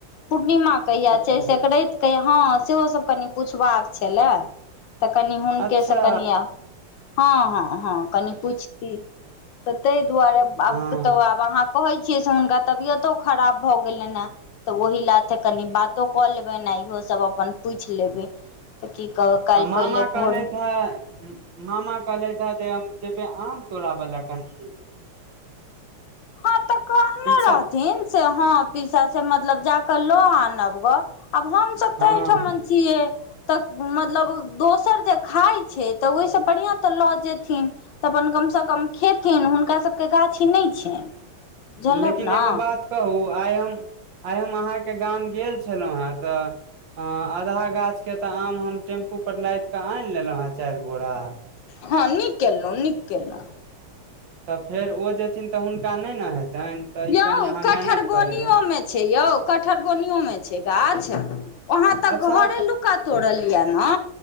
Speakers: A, on the left; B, on the right.
A: पूर्णिमा कहिया
B: अच्छा
A: छै
B: अच्छा
A: सकरैत सेहो सब कनि पुछबाक छलै तऽ कनि हुन
B: अच्छा
A: के से कनि हँ हँ हँ कनि पूछती तऽ ताहि दुआरे आब
B: हँ
A: तऽ
B: ह
A: आब अहाँ कहै हुनका तबियतो खराब भऽ गेलनि ने तऽ ओहि लाथे त कनि बातो कऽ लेबै ने इहो सब अपन पूछि लेबै तऽ की कहू काल्हि
B: आ मामा
A: पहिले
B: कहलेथ
A: भोरे
B: है मामा कहलेथ है जे हम जेबे आम तोड़ाब ला कनि
A: हँ तऽ कहने
B: पीसा
A: रहथिन से हँ पीसा से मतलब जाक लो आनब ग आब हम सब
B: हँ
A: तऽ ठमन छियै तऽ मतलब दोसर जे खाइत छै तऽ ओहिसँ बढ़िआँ तऽ लऽ जेते तऽ अपन कम सँ कम खेथिन हुनका सभके गाछी नहि छनि बुझलक
B: लेकिन
A: ने
B: एगो बात कहू आइ हम आइ हम अहाँ के गाम गेल छलहुँ हेँ तऽ हँ आधा गाछ के तऽ आम हम टेम्पू पर लादि कऽ आनि लेलहुँ हेँ चारि बोरा
A: हँ नीक केलहुँ नीक केलहुँ
B: तऽ फेर ओ जेथिन तऽ हुनका नहि ने हेतनि तऽ ई
A: यौ
B: कनि अहाँ
A: कठरबोनियोमे
B: मैनेज कऽ लेबै
A: छै यौ कटहर बोनियो मे छै गाछ आहाँ तऽ
B: अच्छा
A: घरे लुका तोड़ल यऽ ने